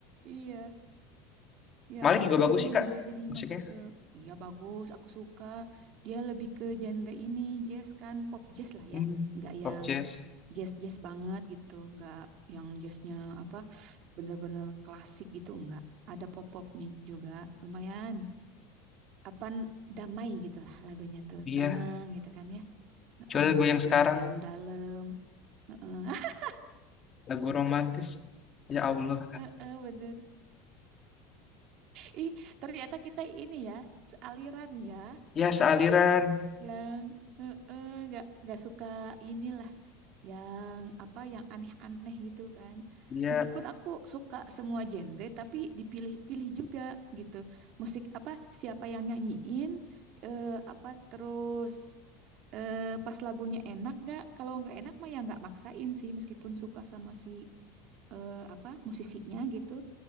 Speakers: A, on the right; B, on the left.
A: Iya, ya
B: Malik
A: ampun.
B: juga bagus sih kak
A: Dia jadi
B: musiknya
A: masuk ke, iya bagus, aku suka. Dia lebih ke genre ini, jazz kan, pop jazz lah
B: hmm.
A: ya. Nggak
B: pop
A: yang
B: jazz
A: jazz-jazz banget gitu, nggak yang jazznya apa bener-bener klasik gitu nggak. Ada pop-popnya juga lumayan apa damai gitu lah lagunya tuh
B: iya
A: tenang gitu kan ya
B: coba lagu
A: bener-bener
B: yang sekarang
A: dalam-dalam <laughs>
B: lagu romantis ya Allah
A: Heeh, bener ih ternyata kita ini ya sealiran ya
B: ya sealiran
A: yang nggak nggak suka inilah yang apa yang aneh-aneh gitu kan.
B: iya
A: Meskipun aku suka semua genre tapi dipilih-pilih juga gitu. Musik apa siapa yang nyanyiin eh, apa terus eh, pas lagunya enak gak? Kalau nggak enak mah ya nggak maksain sih meskipun suka sama si eh, apa musisinya gitu.